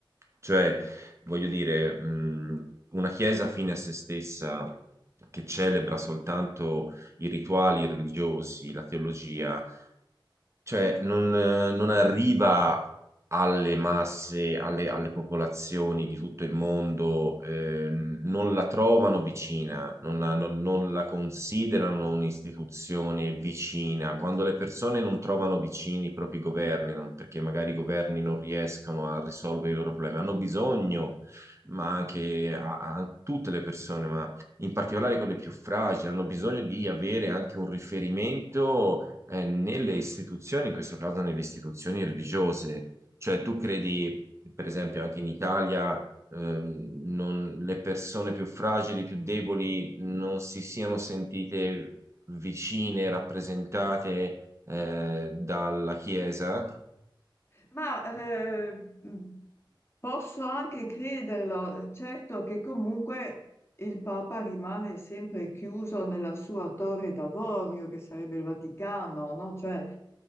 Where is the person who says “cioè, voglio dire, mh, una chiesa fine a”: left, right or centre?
Right